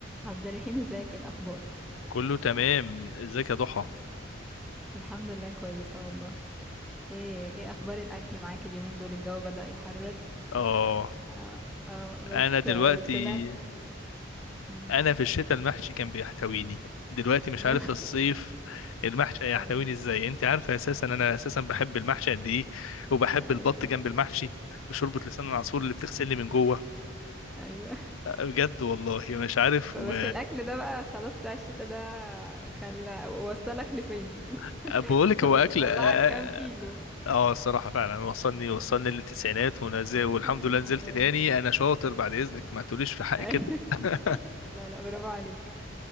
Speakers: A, in the centre; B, on the left.
A: عبد الرحيم ازيك ايه الاخبار
B: كله تمام ازيك يا ضحى
A: الحمد لله كويسه والله ايه ايه اخبار الاكل معاك اليومين دول الجو بدأ يحرر
B: اه
A: اه اه بس
B: انا دلوقتي
A: آه، طلع مم.
B: انا في الشتاء المحشي كان بيحتويني دلوقتي مش
A: <laughs>
B: عارف الصيف المحشي هيحتويني
A: ايوه
B: ازاي انت عارفه اساسا انا اساسا بحب المحشي قد ايه وبحب
A: ايوه
B: البط جنب المحشي وشوربه لسان العصفور اللي بتغسلني من جوه
A: ايوه
B: بجد والله مش عارف
A: بس
B: و...
A: الاكل ده بقى خلاص بتاع الشتاء ده خلى وصلك لفين
B: <laughs> بقول
A: <laughs>
B: لك
A: بس
B: هو اكل
A: طلعك
B: اه آه،
A: كام كيلو
B: آه، الصراحه فعلا وصلني وصلني للتسعينات ونزل والحمد
A: <laughs> يا نهار
B: لله نزلت تاني
A: ابيض
B: انا شاطر بعد اذنك ما تقوليش
A: <laughs>
B: في حقي
A: أيوة.
B: كده <laughs>
A: لا لا برافو عليك